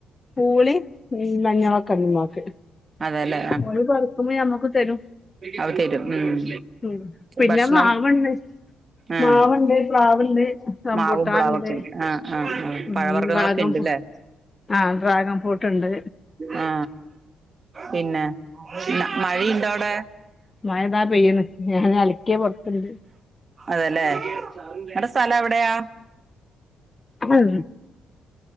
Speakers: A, on the left; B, on the right.
A: പൂളീം ഉം മഞ്ഞളൊക്കെണ്ട് ഉമ്മാക്ക്
B: അതെല്ലേ
A: ഓല് പറിക്കുമ്മം ഞമ്മക്ക് തരും.
B: അത് തരും ഉം
A: ഉം പിന്നെ
B: ഭക്ഷണം.
A: മാവ്ണ്ട്
B: ആ
A: മാവ്ണ്ട് പ്ലാവ്ണ്ട് റംബൂട്ടാൻണ്ട്
B: മാവും പ്ളാവൊക്കെണ്ട് ആ ആ ആ്
A: ഉം
B: പഴവർഗ്ഗങ്ങളൊക്കെണ്ട്
A: ഡ്രാഗൺ ഫു
B: ല്ലേ
A: ആ ഡ്രാഗൺ ഫ്രൂട്ട്ണ്ട്
B: ആ. പിന്നെ ന്ന മഴയിണ്ടോ അവിടെ?
A: മഴ താ പെയ്യണ് ഞാൻ അലിക്കിയ പൊർത്ത്ണ്ട്.
B: അതെല്ലേ നിങ്ങളുടെ സ്ഥലം എവിടെയാ?
A: ഉം.